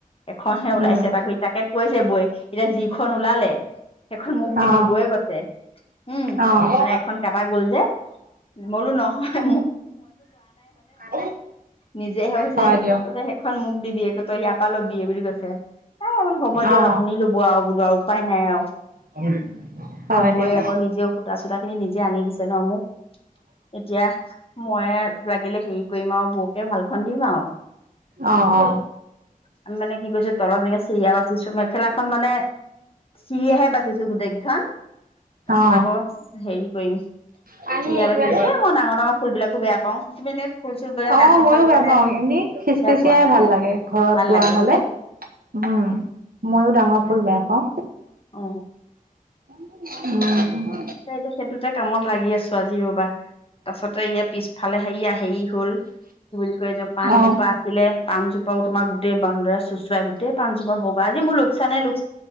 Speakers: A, on the left; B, on the right.
A: এখনহে ওলাইছে
B: উম
A: তাক তাকে কৈছে বৌয়ে এতিয়া যিখন ওলালে সেইখন মোক দিবি
B: অ
A: বৌয়ে কৈছে উম
B: <inaudible> অ
A: মানে এখন কাটা গ'ল যে মই বোলো নহয়
B: অ
A: নিজে হে হৈছে
B: হয় দিয়ক
A: কৈছে সেইখন মোক দিবি তই ইয়াৰ পৰা ল'বি বুলি কৈছে এ বোলো হ'ব দিয়ক
B: অ
A: আপুনি ল'ব আও বোলো আৰু উপায় নাই আও
B: হয়
A: গৈ
B: দিয়ক অ
A: আকৌ নিজে সুতা চুতা খিনি নিজে আনি দিছে ন মোক এতিয়া মই লাগিলে হে কৰি মা আৰু বৌকে ভালখন দিম আৰু
B: অ অ
A: আমি মানে কি কৈছো তলত এনেকে চিৰিয়া বাচিছো মেখেলাখন মানে চিৰিয়ে হে বাচিছো গোটেই কেইখন তাৰপিছত
B: অ
A: আকৌ হেৰি কৰিম
B: পানী
A: চিৰিয়া
B: এগিলাচ
A: বাচিছো এ মই ডাঙৰ ডাঙৰ ফুল বিলাকো বেয়া পাওঁ তুমি এনে ফুল চুল মানে
B: অ
A: ডাঙৰ
B: মইয়ো
A: ভাল পোৱা
B: বেয়া
A: নে
B: পাও এনেই খিচখিচিয়াই
A: বেয়া পোৱা
B: ভাল লাগে ঘৰত
A: ভাল
B: বোৱা
A: লাগে
B: হলে
A: হয়নে?
B: উম মইও ডাঙৰ
A: তাকে
B: ফুল বেয়া পাও
A: অ
B: উম
A: এয়া সেইটো ক্ষেত্ৰতে কামত লাগি আছো আজি ৰবা তাছতে ইয়া পিছফালে হেৰি আহে হল কি বুলি কয় যে পাণ
B: অ
A: এজোপা আছিলে পাণজোপাও তোমাৰ গোটেই বান্দৰে চোচৰাই গোটেই পাণজোপা বগা আজি মোৰ লোকচানে লোক